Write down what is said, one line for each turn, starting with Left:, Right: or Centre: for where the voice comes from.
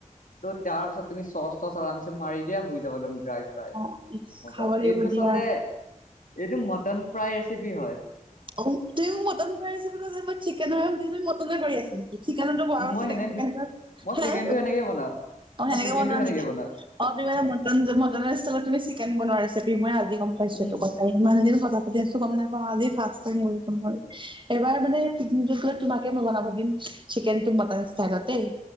Left: ত' তাৰ পাছত তুমি চচ তচ আৰাম চে মাৰি দিয়া হৈ যাব দম ড্ৰাই ফ্ৰাই।
Right: অ
Left: মজা
Right: খাব লাগিব
Left: এইটো
Right: দিয়া
Left: আচলতে এইটো মটন ফ্ৰাই ৰেচিপি হয়।
Right: অও। তুমিও মোক মটন ফ্ৰাই ৰেচিপি তো জানা মই চিকেনৰ হে সুধিছো, মটনৰ কৈ আছিল। চিকেনতো বোৱা
Left: মই
Right: চিকেন
Left: সেনেকে
Right: কেনে
Left: মই
Right: হে
Left: চিকেনটো সেনেকে বনাও
Right: অ
Left: মই
Right: সেনেকে
Left: চিকেনটো
Right: বনোৱা নেকি
Left: বনাও
Right: <unintelligible> অ তুমি মানে মটন মটনৰ ষ্টাইলত তুমি চিকেন বনোৱা ৰেচিপি মই আজি গম পাইছো
Left: উম
Right: এইটো কথা। ইমান দিন কথা পাতি আছো গম নাপাওঁ, আজি ফাষ্ট টাইম গম <unintelligible> এবাৰ মানে পিকনিকটো গ'লে তোমাকে মই বনাব দিম, চিকেনটো মটন ষ্টাইলত দেই।